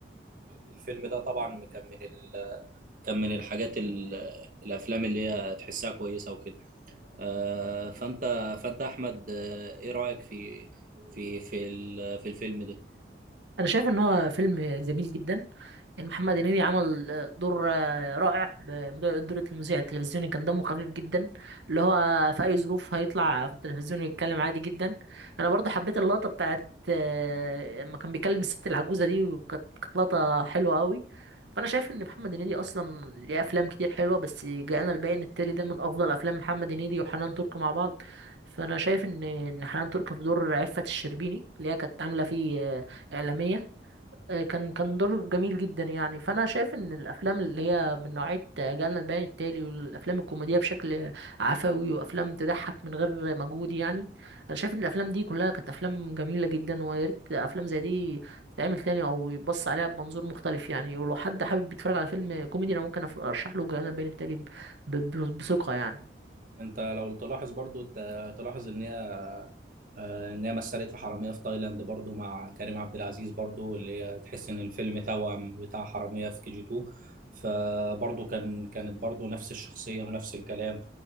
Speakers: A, on the right; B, on the right.
A: الفيلم ده طبعا كان من ال... كان من الحاجات ال... الافلام اللي هي تحسها كويسة وكده آه، فانت فانت احمد آه، ايه رايك في في في ال- في الفيلم ده
B: انا شايف ان هو فيلم جميل جدا يعني محمد هنيدي عمل آه، دور آه، رائع بموضوع دور المذيع التلفزيوني كان دمه خفيف جدا اللي هو في اي ظروف هيطلع في التلفزيون ويتكلم عادي جدا انا برضه حبيت اللقطه بتاعت آه، لما كان بيكلم الست العجوزه دي وكانت كانت لقطه حلوه قوي فانا شايف ان محمد هنيدي اصلا ليه افلام كتير حلوه بس جاءنا البيان التالي ده من افضل افلام محمد هنيدي وحنان ترك مع بعض فانا شايف ان ان حنان ترك في دور عفة الشربيني اللي هي كانت عامله فيه آه، اعلاميه آه، كان كان دور جميل جدا يعني فانا شايف ان الافلام اللي هي من نوعيه جالنا البيان التالي والافلام الكوميديه بشكل عفوي وافلام تضحك من غير مجهود يعني انا شايف ان الافلام دي كلها كانت افلام جميله جدا ويا ريت افلام زي دي تتعمل تاني او يبص عليها بمنظور مختلف يعني ولو حد حابب يتفرج على فيلم كوميدي انا ممكن أف- ارشح له جالنا البيان التالي ب- ب- بثقه يعني
A: انت لو تلاحظ برضو ت- تلاحظ ان هي آه، ان هي مثلت في حراميه في تايلاند برضو مع كريم عبد العزيز برضو اللي هي تحس ان الفيلم توأم بتاع حراميه في كي جي 2 فبرضو كان كانت برضو نفس الشخصيه ونفس الكلام